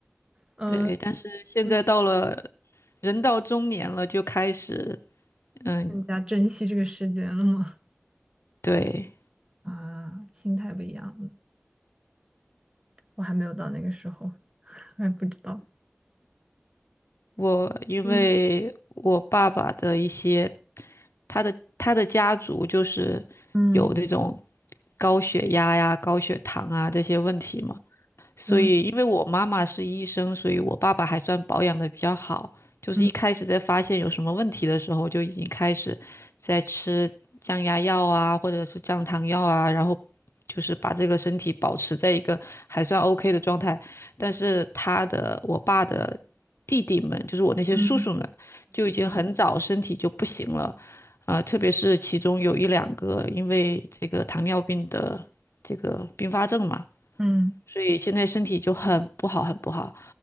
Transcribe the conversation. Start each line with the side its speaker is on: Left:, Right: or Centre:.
Right: 嗯，
Left: 对，但是现在到了
Right: 嗯
Left: 人到中年了，就开始，嗯，
Right: 更加珍惜这个时间了吗？
Left: 对，
Right: 啊，心态不一样了。我还没有到那个时候，<laughs> 还不知道。
Left: 我，因为我爸爸的一些，
Right: 嗯
Left: 他的他的家族就是有那种
Right: 嗯
Left: 高血压呀、高血糖啊这些问题嘛。所以因为我妈妈是医生，
Right: 然后
Left: 所以我爸爸还算保养的比较好。就是一开始在发现有什么问题的时候，
Right: 嗯
Left: 就已经开始在吃降压药啊，或者是降糖药啊，然后就是把这个身体保持在一个还算 OK 的状态。但是他的我爸的弟弟们，就是我那些叔叔们，
Right: 嗯
Left: 就已经很早身体就不行了，啊、特别是其中有一两个因为这个糖尿病的这个并发症嘛。
Right: 嗯嗯
Left: 所以现在身体就很不好，很不好，